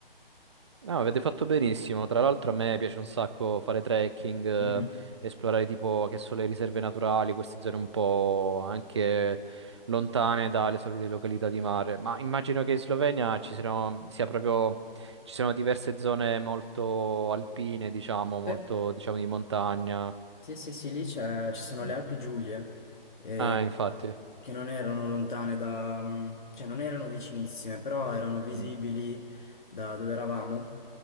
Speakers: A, on the right (about 30°); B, on the left (about 55°).
A: No, avete fatto benissimo. Tra l'altro a me piace un sacco fare trekking, eh,
B: Mm.
A: esplorare tipo che sono le riserve naturali, queste zone un po' anche lontane dalle solite località di mare. Ma immagino che in Slovenia ci siano, sia proprio, ci siano diverse zone molto alpine, diciamo, molto,
B: Sì.
A: diciamo, di montagna.
B: Sì, sì, sì, lì c'è- ci sono
A: Mm,
B: le Alpi Giulie, eh,
A: Ah, infatti.
B: che non erano lontane da... mm, cioè non erano vicinissime, però erano visibili
A: mm.
B: da dove eravamo,